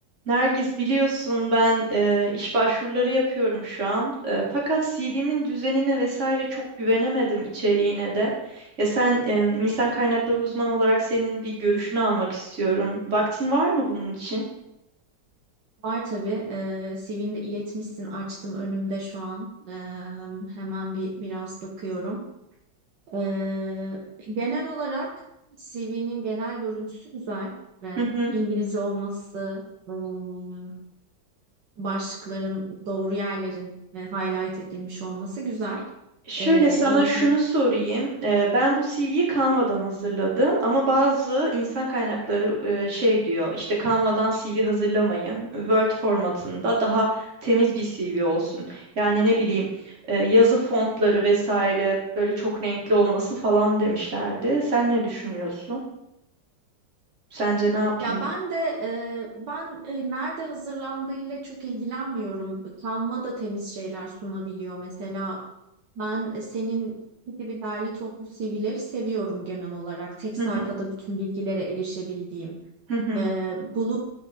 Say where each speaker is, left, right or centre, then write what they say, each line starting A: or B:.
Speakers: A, on the right (about 40°); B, on the right (about 70°).
A: Nergis biliyorsun ben e, iş başvuruları yapıyorum şu an. E, fakat CV'min düzenine vesaire çok güvenemedim içeriğine de. Ya sen e, insan kaynakları uzmanı olarak senin bir görüşünü almak istiyorum. Vaktin var mı bunun için?
B: Var tabii. Ee, CV'ni de iletmişsin. Açtım önümde şu an. Ee, hemen bir biraz bakıyorum. Ee, genel olarak CV'nin genel görüntüsü güzel. Ee,
A: <laughs>
B: İngilizce olması, ım, başlıkların doğru yerlerin e, highlight edilmiş olması güzel.
A: Şöyle
B: Ee,
A: sana
B: eğitim.
A: şunu sorayım. Eee, Ben bu CV'yi Canva'dan hazırladım ama bazı insan kaynakları eee, şey diyor işte Canva'dan CV hazırlamayın. Word formatında daha temiz bir CV olsun. Yani ne bileyim eee, yazı fontları vesaire böyle çok renkli olmasın falan demişlerdi. Sen ne düşünüyorsun? Sence ne yapayım?
B: Ya ben de e, ben e, nerede hazırlandığıyla çok ilgilenmiyorum. Canva da temiz şeyler sunabiliyor. Mesela Ben e, senin gibi derli toplu CV'leri seviyorum genel olarak. Tek sayfada
A: Hı hı
B: bütün bilgilere erişebildiğim.
A: hı hı
B: Ee, bulut,